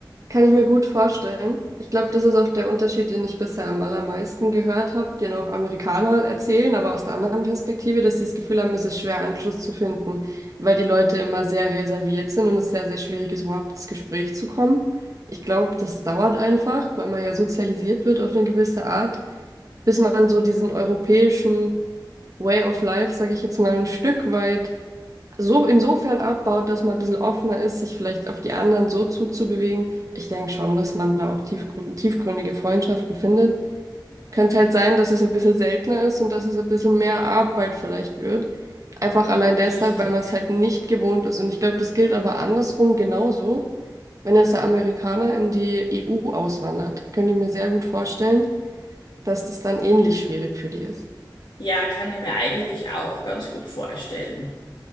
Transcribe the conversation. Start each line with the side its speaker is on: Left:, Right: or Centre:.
Right: Kann ich mir gut vorstellen. Ich glaube, das ist auch der Unterschied, den ich bisher am allermeisten gehört habe, den auch Amerikaner erzählen, aber aus der anderen Perspektive, dass sie das Gefühl haben, es ist schwer, Anschluss zu finden, weil die Leute immer sehr reserviert sind und es sehr, sehr schwierig ist, überhaupt ins Gespräch zu kommen. Ich glaube, das dauert einfach, weil man ja sozialisiert wird auf eine gewisse Art. bis man so diesen europäischen Way of Life, sage ich jetzt mal, ein Stück weit so insofern abbaut, dass man ein bisschen offener ist, sich vielleicht auf die anderen so zuzubewegen. Ich denke schon, dass man da auch tiefgrü tiefgründige Freundschaften findet. Könnte halt sein, dass es ein bisschen seltener ist und dass es ein bisschen mehr Arbeit vielleicht wird. Einfach allein deshalb,
Left: richtig.
Right: weil man es halt nicht gewohnt ist. Und ich glaube, das gilt aber andersrum genauso. Wenn jetzt der Amerikaner in die EU auswandert, könnte ich mir sehr gut vorstellen, dass das dann ähnlich schwierig für die ist.
Left: Ja, kann ich mir eigentlich auch ganz gut vorstellen.